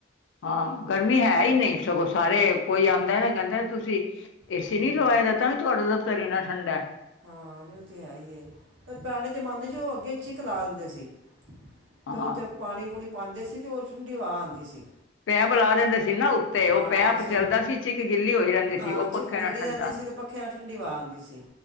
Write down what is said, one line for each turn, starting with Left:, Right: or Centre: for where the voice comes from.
Left: ਹਾਂ ਗਰਮੀ ਹੈ ਹੀ ਨਹੀਂ ਸਗੋਂ ਸਾਰੇ ਕੋਈ ਆਂਦਾ ਨਾ ਕਹਿੰਦਾ। ਤੁਸੀਂ ਏਸੀ
Right: ਹੂੰ
Left: ਨੀ ਲਵਾਯਾ ਦਾ ਤਾਂ ਵੀ ਤੁਹਾਡਾ ਦਫ਼ਤਰ ਇੰਨਾ ਠੰਡਾ
Right: ਹਾਂ ਉਹ ਤੇ ਹੈ ਹੀ ਏ ਪੁਰਾਣੇ ਜਮਾਨੇ ਚ ਅੱ ਵਿੱਚ ਇੱਕ ਲਾ ਦਿੰਦੇ ਸੀ
Left: ਹਾਂ
Right: ਤੇ ਉਥੇ ਪਾਣੀ ਪੂਣੀ ਪਾਂਦੇ ਸੀ ਤੇ ਉਸ ਦੀ ਠੰਡੀ ਹਵਾ ਆਂਦੀ ਸੀ।
Left: ਪੈਪ ਲਾ ਦਿੰਦੇ ਸੀ ਨਾ। ਉੱਤੇ ਉਹ
Right: ਹਾਂ,
Left: ਪੈਪ
Right: ਅਸੀਂ
Left: ਚੱਲਦਾ ਸੀ ਚਿੱਕ ਗਿੱਲੀ ਹੋਈ ਰਹਿੰਦੀ ਸੀ
Right: ਹਾਂ
Left: ਉਹ
Right: ਚਿਕ
Left: ਪੱਖੇ
Right: ਗਿੱਲੀ
Left: ਨਾਲ ਠੰਡਾ
Right: ਲਦੀ ਸੀ ਤੇ ਪੱਖਿਆਂ ਠੰਡੀ ਵਵਾ ਆਉਂਦੀ ਸੀ।